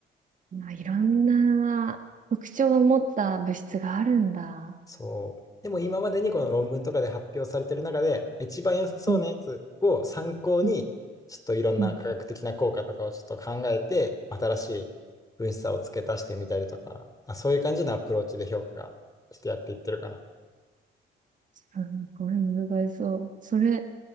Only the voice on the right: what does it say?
まあ、いろんな特徴を持った物質があるんだ。
うん、うん、
うん。
すごい難しそう。それ、